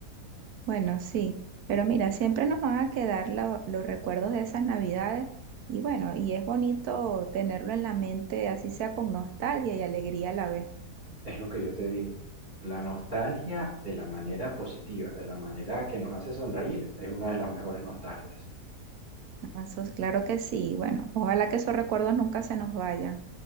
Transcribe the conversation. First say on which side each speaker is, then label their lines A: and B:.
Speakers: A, on the right; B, on the right.
A: Bueno, sí, pero mira, siempre nos van a quedar lo- los recuerdos de esas navidades y bueno, y es bonito tenerlo en la mente, así sea con nostalgia y alegría a la vez.
B: Es lo que yo te digo. La nostalgia de la manera positiva, de la manera que nos hace sonreír, es una de las mejores nostalgias.
A: ¿no? Eso es claro que sí. Bueno, ojalá que esos recuerdos nunca se nos vayan.